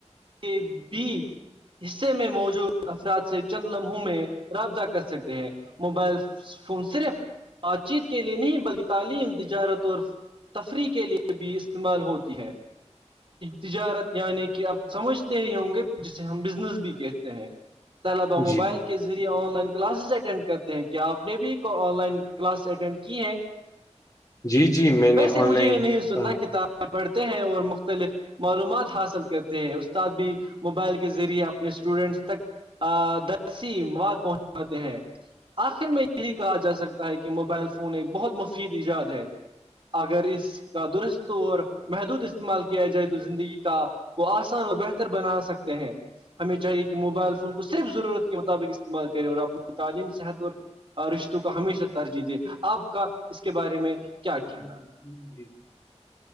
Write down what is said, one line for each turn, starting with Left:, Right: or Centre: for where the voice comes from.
Right: <unintelligible> حصے میں موجود افراد سے چند لمحوں میں رابطہ کر سکتے ہیں موبائل فون صرف بات چیت کے لیے نہیں بلکہ تعلیم تجارت اور تفریح کے لیے بھی استعمال ہوتی ہے تجارت یعنی کہ آپ سمجھتے ہی ہوں گے جسے ہم بزنس بھی کہتے ہیں سلب موبائل
Left: جی
Right: کے ذریعے آن لائن کلاسز اٹینڈ کرتے ہیں کیا آپ نے بھی آن لائن کلاسز اٹینڈ کی ہے
Left: جی جی میں نے
Right: ویسے
Left: آن
Right: مجھے
Left: لائن
Right: یہ نہیں سننا
Left: آ،
Right: کتابیں پڑھتے ہیں اور مختلف معلومات حاصل کرتے ہیں استاد بھی موبائل کے ذریعے اپنے اسٹوڈنٹس تک درسیم وات پہنچاتے ہیں آخر میں یہی کہا جا سکتا ہے کہ موبائل فون ایک بہت مفید ایجاد ہے اگر اس کا درست اور محدود استعمال کیا جائے تو زندگی کا وہ آسان اور بہتر بنا سکتے ہیں ہمیں چاہیے کہ موبائل فون کو صرف ضرورت کے مطابق استعمال کرے اور اپنی تعلیم صحت اور رشتوں کا ہمیشہ ترجیح دے آپ کا اس کے بارے میں
Left: <inaudible>
Right: کیا کہنا